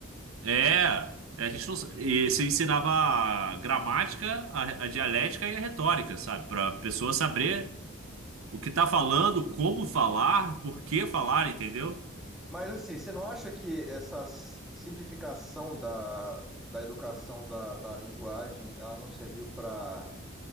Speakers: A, on the right; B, in the centre.
A: É, a gente não, e você ensinava a gramática, a, a dialética e a retórica, sabe? Para a pessoa saber o que tá falando, como falar, por que falar, entendeu?
B: Mas assim, você não acha que essa s- simplificação da, da educação da, da linguagem, ela não serviu para